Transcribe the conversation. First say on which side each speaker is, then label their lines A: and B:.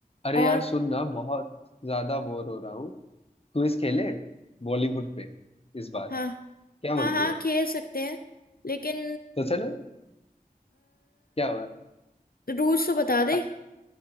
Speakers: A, on the left (about 40°); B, on the left (about 75°).
A: अरे
B: और
A: यार सुन ना बहुत ज्यादा बोर हो रहा हूँ क्विज खेले बॉलीवुड पे इस बार
B: हाँ
A: क्या बोलती
B: हाँ हाँ
A: हो
B: खेल सकते हैं लेकिन
A: तो चलो क्या हुआ
B: रूल्स तो बता दे
A: अ-